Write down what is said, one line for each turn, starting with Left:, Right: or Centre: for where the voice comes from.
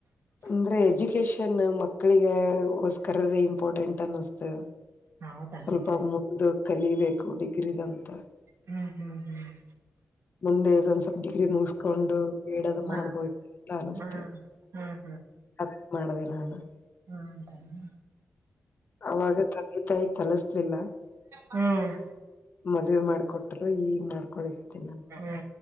Left: ಅಂದ್ರೆ ಎಜುಕೇಶನ್ ಮಕ್ಕಳಿಗೆ ಹೊಸ್ಕರರೆ ಇಂಪಾರ್ಟೆಂಟ್ ಅನ್ನಸ್ತ. <inaudible>
Right: ಹೌದಾ
Left: ಸ್ವಲ್ಪ ಮುಂದ ಕಲಿಬೇಕು ಡಿಗ್ರಿ ದಂತ, <inaudible>
Right: ಹ ಹ ಹ <inaudible>
Left: ಮುಂದೆ ಇರೋದ ಸ್ವಲ್ಪ ಡಿಗ್ರಿ ಮುಗಸ <inaudible> ಕೊಂಡು ಬಿಡದು
Right: ಹಾ
Left: ಮಾಡಬೋದ ಅಂತ ಅನಸ್ತ
Right: ಹ್ಮ್ ಹ್ಮ್
Left: ಅದಕ್ಕ ಮಾಡದೆ ನಾನ? <inaudible>
Right: ಹೌದಾ? <inaudible>
Left: ಅವಾಗ ತಂದಿ ತಾಯಿ ಕಲಸಲಿಲ್ಲ? <inaudible>
Right: ಹ್ಮ್ ಹ್ಮ್
Left: ಮದ್ವೆ ಮಾಡಕೊಟ್ರ ಈಗ್ ಮಾಡ್ಕೊಳಕ್ಕತಿ ನಾ? <inaudible>
Right: ಹೌದಾ?